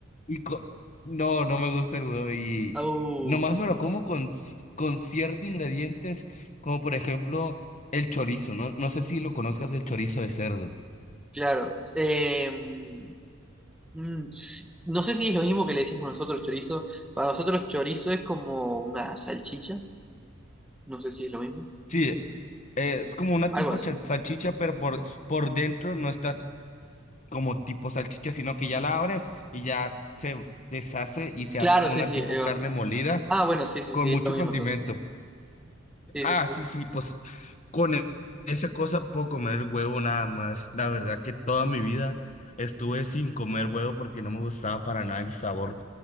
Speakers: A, on the left; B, in the centre.
A: Y co- no, no me gusta el huevo. Y
B: Au,
A: nomás me lo como con, ci- con ciertos ingredientes, como por ejemplo el chorizo, ¿no? No sé si lo conozcas, el chorizo de cerdo.
B: claro. Em, Mm, sí. No sé si es lo mismo que le decimos nosotros chorizo. Para nosotros chorizo es como una salchicha. No sé si es lo mismo.
A: Sí, eh, es como una
B: Algo
A: tipo
B: así.
A: cha- salchicha, pero por, por dentro no está como tipo salchicha, sino que ya la abres y ya se deshace y se
B: Claro,
A: hace como
B: sí,
A: una
B: sí.
A: tipo carne molida
B: Ah, bueno, sí, sí,
A: con
B: sí,
A: mucho
B: es lo mismo
A: condimento.
B: entonces. Sí,
A: Ah,
B: sí, sí.
A: sí, sí, pues con e- esa cosa puedo comer huevo nada más. La verdad que toda mi vida estuve sin comer huevo porque no me gustaba para nada el sabor.